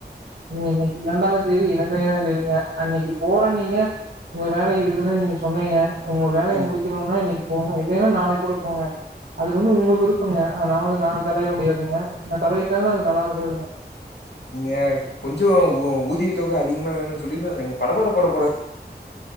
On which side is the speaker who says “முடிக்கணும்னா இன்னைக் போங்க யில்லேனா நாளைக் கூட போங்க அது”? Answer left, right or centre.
Right